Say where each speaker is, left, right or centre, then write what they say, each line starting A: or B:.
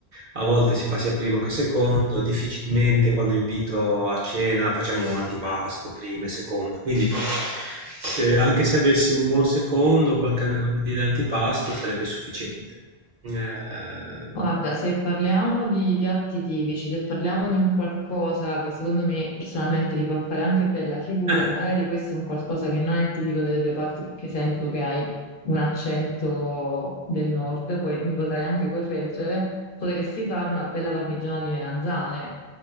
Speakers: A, on the right; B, on the left.
A: a volte si fa sia primo che secondo, difficilmente quando invito a cena facciamo antipasto, primo e secondo, quindi se- anche se avessi un buon secondo, qualche an- di antipasto sarebbe sufficiente. Eh,
B: Guarda, se parliamo di piatti tipici, se parliamo di un qualcosa che secondo me personalmente ti fa fare anche bella figura,
A: eh,
B: e magari questo è un qualcosa che non è tipico delle tue parti perché sento che hai un accento del nord, poi mi potrai anche correggere, potresti fare una bella parmigiana di melanzane.